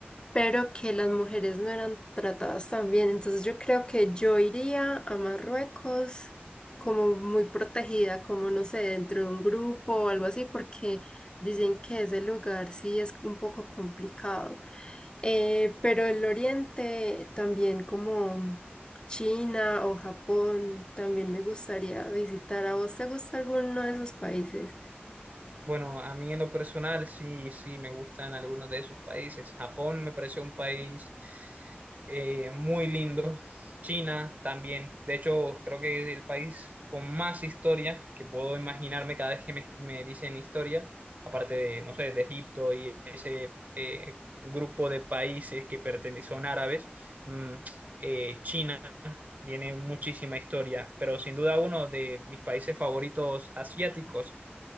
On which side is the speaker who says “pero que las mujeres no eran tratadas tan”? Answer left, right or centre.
Left